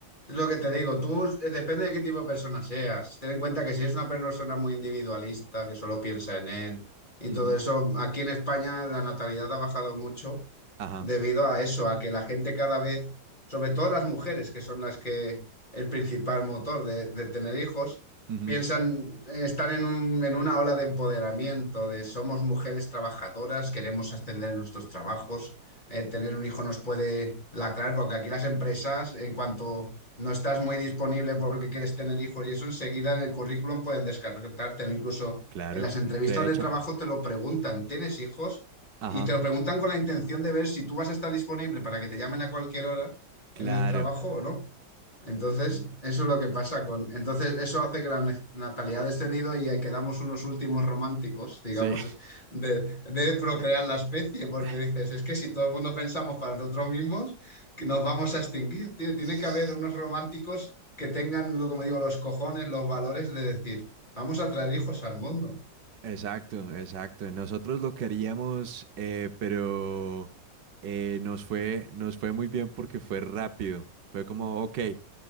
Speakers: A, on the left; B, on the right.
A: es lo que te digo, tú eh, depende de qué tipo de persona seas. Ten en cuenta que si es una persona muy individualista, que solo piensa en él y
B: ujú,
A: todo eso, aquí en España la natalidad ha bajado mucho
B: ajá,
A: debido a eso, a que la gente cada vez, sobre todo las mujeres, que son las que el principal motor de, de tener hijos,
B: ujú,
A: piensan, eh, están en un- en una ola de empoderamiento, de somos mujeres trabajadoras, queremos ascender en nuestros trabajos, eh, tener un hijo nos puede lacrar, porque aquí las empresas, en cuanto no estás muy disponible porque quieres tener hijos y eso, enseguida en el currículum pueden descartártelo, incluso
B: claro,
A: en las entrevistas
B: te echan.
A: de trabajo te lo preguntan, ¿tienes hijos?
B: Ajá,
A: Y te lo preguntan con la intención de ver si tú vas a estar disponible para que te llamen a cualquier hora
B: claro.
A: en el trabajo o no. Entonces,
B: Sí,
A: eso es lo que pasa con... Entonces, eso hace que la ne- natalidad ha descendido y ahí quedamos unos últimos románticos, digamos,
B: sí.
A: es- de, de procrear la especie, porque
B: <laughs>
A: dices, es que si todo el mundo pensamos para nosotros mismos, que nos vamos a extinguir, tío. Tiene
B: <laughs>
A: que haber unos románticos que tengan, lo como digo, los cojones, los valores de decir, vamos a traer hijos al mundo.
B: Exacto, exacto. Nosotros lo queríamos, eh, pero eh, nos fue, nos fue muy bien porque fue rápido. Fue como, ok, eh,